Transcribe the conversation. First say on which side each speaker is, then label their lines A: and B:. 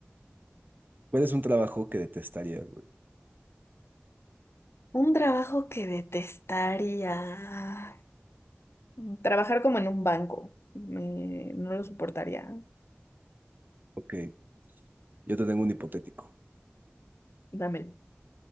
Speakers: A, on the right (about 50°); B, on the left (about 75°).
A: ¿Cuál es un trabajo que detestarías, güey?
B: Un trabajo que detestaría. Mm. Trabajar como en un banco. Me- no lo soportaría.
A: Ok, yo te tengo un hipotético.
B: Dámelo.